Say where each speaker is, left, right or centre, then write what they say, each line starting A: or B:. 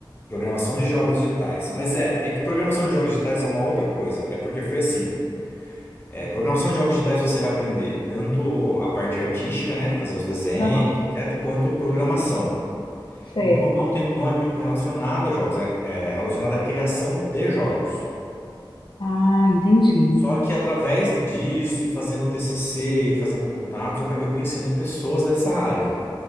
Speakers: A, on the left; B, on the left.
A: Programação de jogos digitais. Mas é, é que programação de jogos digitais é uma outra coisa. É porque foi assim. é, programação de jogos digitais você vai aprender tanto a parte artística, né? Fazer os desenhos,
B: Aham,
A: etc., quanto programação.
B: certo.
A: Então não tem, não é muito relacionada a jogos, é, é relacionada à criação de jogos.
B: Ah, entendi.
A: Só que através disso e fazendo TCC e fazendo contatos, eu acabei conhecendo pessoas dessa área.